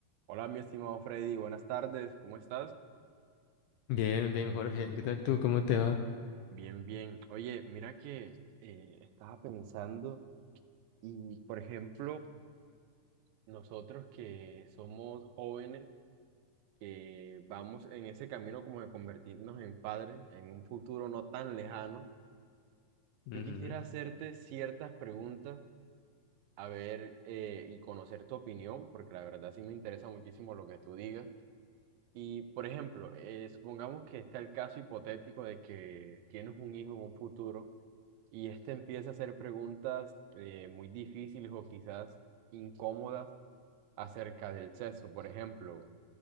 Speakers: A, on the right; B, on the left.
A: Hola, mi estimado Freddy, buenas tardes, ¿cómo estás?
B: Bien, bien, Jorge. ¿Qué tal tú? ¿Cómo te va?
A: Bien, bien. Oye, mira que eh, estaba pensando y, por ejemplo, nosotros que somos jóvenes, que vamos en ese camino como de convertirnos en padres en un futuro no tan lejano,
B: Ujú,
A: yo quisiera hacerte ciertas preguntas, a ver, eh, y conocer tu opinión, porque la verdad sí me interesa muchísimo lo que tú digas. Y, por ejemplo, eh, supongamos que está el caso hipotético de que tienes un hijo en un futuro y este empieza a hacer preguntas eh, muy difíciles o quizás incómodas acerca del sexo. Por ejemplo,